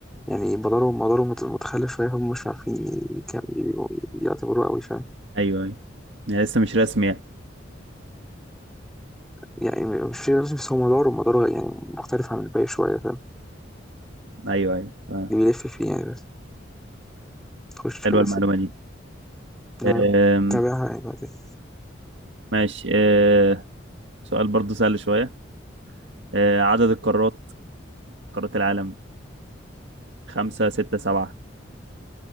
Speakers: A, in the centre; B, on the right.
A: يعني مداره مداره مت- متخلف شوية هم مش عارفين ي- كان ي- يعتبروه قوي فاهم
B: ايوه ايوه يعني لسه مش رسمي يعني
A: يعني مش في لازم بس هو مداره مداره يعني مختلف عن الباقي شوية فاهم
B: ايوه ايوه آه،
A: اللي بيلف فيه يعني بس تخش
B: حلوه
A: كده
B: المعلومه
A: سوق
B: دي
A: أنا
B: آم،
A: تابعها يعني بعدين
B: ماشي آه، سؤال برضو سهل شويه آه، عدد القارات قارات العالم خمسة ستة سبعة